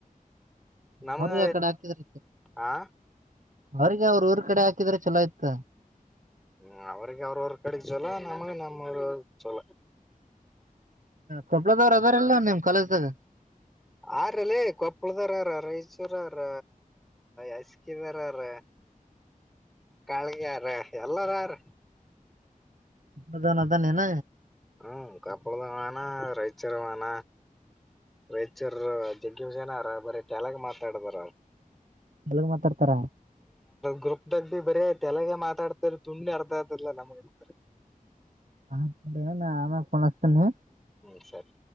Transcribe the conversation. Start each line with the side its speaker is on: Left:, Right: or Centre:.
Centre: ನಮಗ
Right: ಅವ್ರಿಗೆ ಆ ಕಡೆ ಹಾಕಿದ್ರ
Centre: ಆ
Right: ಅವ್ರಿಗೆ ಅವ್ರ ಊರ್ ಕಡೆ ಹಾಕ ಿದ ಚಲೋ ಇತ್ತ
Centre: ಹ್ಮ ಅವ್ರಿಗೆ ಅವ್ರವ ಕಡೆಗೆ ಚೊಲ ನಮಗೆ ನಮ್ಮ ಚಲ
Right: ಕೊಪ್ಳದವ್ರ ಅದಾರಲ್ಲ ನಿಮ್ ಕಾಲೇಜ್ದಾಗ
Centre: ಆರಲ್ಲೇ ಕೊಪ್ಪಳದಾರಾರ ರೈ ರ ಅವ್ರ ಅಸ್ಕನ್ಾರ ಅವ್ರ ಕಾಳಗೆಾರ ಎಲ್ಲಾರ ಯಾರು
Right: ಅದನ್ ಅದನ್ನ
Centre: ಹ್ಮ್ ಕಪ್ಪಳದ ವಣ ರೈಚರ ವಣ ರೈಚೂರ್ ಜಗ್ಗಿಷನಾರ ಬರೀ ಟ್ಯಾಲಾಗ ಮಾತಾಡದಾರ
Right: ಎಲ್ಲಗ ಮಾತಾಡ್ತಾರ
Centre: ಗ್ರರುಪ್ ದಾಗ ಭ ಬಿ ಬರಿ ಯತೆ ಎಲ್ಲಗೆ ಮಾತಾಡ್ತಾರೆ ತುಂಡಿ ಅರ್ಧ ಆತಲ್ಲ ನಮರ್ತಾರೆ
Right: ಹ ಹ ಆ ಕ ಆತ ಹ
Centre: ಹ್ಮ್ ಸರಿ